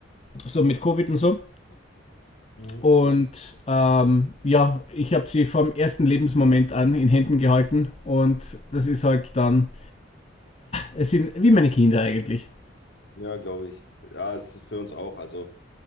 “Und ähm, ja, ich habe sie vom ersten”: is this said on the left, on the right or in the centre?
Left